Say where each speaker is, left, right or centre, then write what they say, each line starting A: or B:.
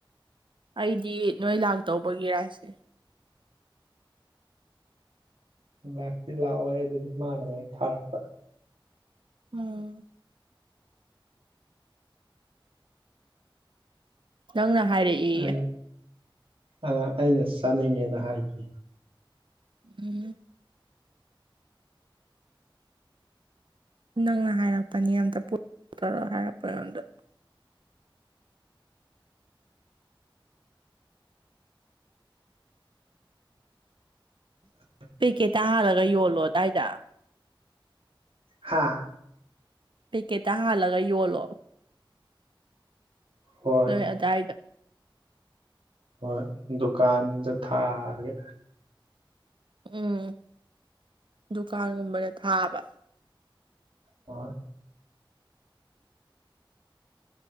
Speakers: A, on the right; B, on the right.
A: ꯑꯩꯗꯤ ꯅꯣꯏ ꯂꯥꯛꯇꯧꯕꯒꯤꯔꯥꯁꯦ
B: ꯂꯥꯛꯇꯤ ꯂꯥꯛꯑꯣꯏ ꯑꯗꯨꯗꯤ ꯃꯥꯅꯍꯦꯛ ꯊꯥꯔꯛꯄ
A: ꯎꯝ ꯅꯪꯅ ꯍꯥꯏꯔꯛꯑꯦꯌꯦ
B: ꯑꯩꯅ ꯑ ꯑꯩꯅ ꯆꯥꯅꯤꯡꯉꯦꯅ ꯍꯥꯏꯈꯤ
A: ꯎꯝ ꯅꯪꯅ ꯍꯥꯏꯔꯛꯄꯅꯤ ꯑꯝꯇ ꯄꯨ ꯇꯧꯔꯣ ꯍꯥꯏꯔꯛꯄ ꯉꯣꯟꯗ
B: ꯑꯣ
A: ꯄꯦꯛꯀꯦꯠꯇ ꯍꯥꯜꯂꯒ ꯌꯣꯜꯂꯣ ꯑꯗꯥꯏꯗ
B: ꯍꯥꯥ
A: ꯄꯤ ꯀꯦ ꯇ ꯍꯥꯥꯟꯂꯒ ꯌꯣꯂꯣ
B: ꯍꯣꯏ
A: ꯅꯣꯏ ꯑꯗꯥꯏꯗ
B: ꯍꯣꯏ ꯗꯨꯀꯥꯟꯗ ꯊꯥꯒꯦ
A: ꯎꯝ ꯗꯨꯀꯥꯟꯒꯨꯝꯕꯗ ꯊꯥꯕ
B: ꯍꯣꯏ